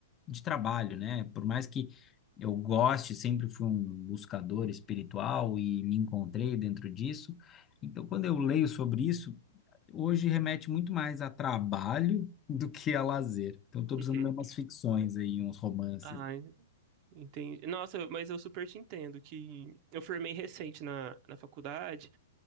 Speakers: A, on the left; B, on the right.
A: de trabalho, né? Por mais que eu goste, sempre fui um buscador espiritual e me encontrei dentro disso. Então, quando eu leio sobre isso, hoje remete muito mais a trabalho <laughs> do que a lazer. Então, estou
B: <laughs>
A: precisando
B: Uhum.
A: ler umas ficções aí, uns romances.
B: Ah, en- entendi. Nossa, mas eu super te entendo que eu formei recente na, na faculdade.